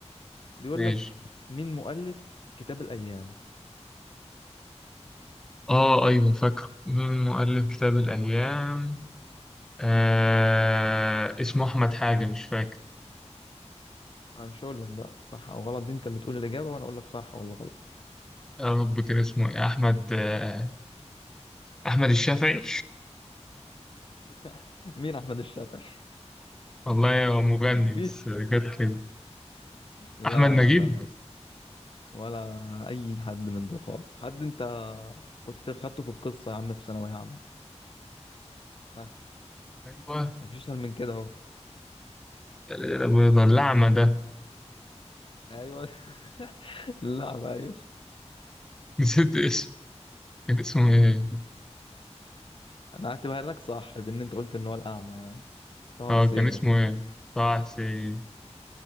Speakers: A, on the left (about 45°); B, in the centre.
A: بيقول
B: ماشي
A: لك مين مؤلف كتاب الأيام
B: اه أيوة فاكر مين مؤلف كتاب الأيام آه اسمه أحمد حاجة مش فاكر
A: أنا مش هقول لك بقى صح أو غلط دي أنت اللي تقول الإجابة وأنا أقول لك صح ولا غلط
B: يا رب كان اسمه إيه أحمد آه أحمد الشافعي
A: <laughs> مين أحمد الشافعي
B: والله هو مغني
A: <laughs> مفيش
B: بس جت كده
A: لا
B: أحمد نجيب
A: لا لا ولا اي حد من دول خالص حد انت كنت خدته في القصه يا عم في ثانويه عامه ها
B: أيوة
A: مفيش اسهل من كده اهو
B: آه، الأعمى ده
A: ايوه <laughs> اللعب ايوه
B: نسيت اسمه كان اسمه ايه؟
A: انا هعتبرها لك صح بان انت قلت ان هو الاعمى يعني طه
B: اه
A: حسين
B: كان اسمه
A: اصلا
B: ايه؟ طه حسين